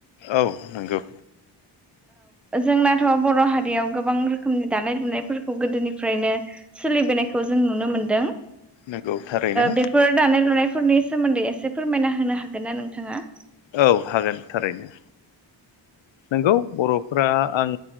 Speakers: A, on the left; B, in the centre.
A: औ नंगौ
B: जोंनाथ' बर' हारियाव गोबां रोखोमनि दानाय-लुनायफोरखौ गोदोनिफ्रायनो सोलिबोनायखौ जों नुनो मोनदों।
A: नंगौ थारैनो
B: बेफोर दानाय लुनायफोरनि सोमोनदै एसे फोरमायना होनो हागोन ना नोंथाङा?
A: औ हागोन थारैनो। नोंगौ बर'फोरा आं